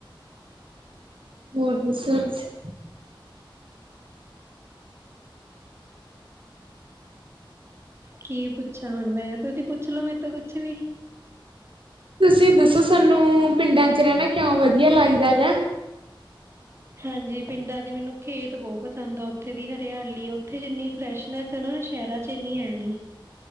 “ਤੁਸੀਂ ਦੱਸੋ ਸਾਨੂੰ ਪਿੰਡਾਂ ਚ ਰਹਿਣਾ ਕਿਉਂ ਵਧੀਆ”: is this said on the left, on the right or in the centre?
Right